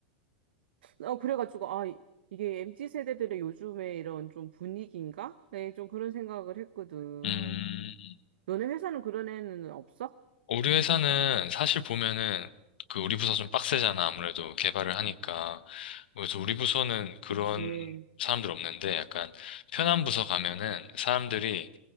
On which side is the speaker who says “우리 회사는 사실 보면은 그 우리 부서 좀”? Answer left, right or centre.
Left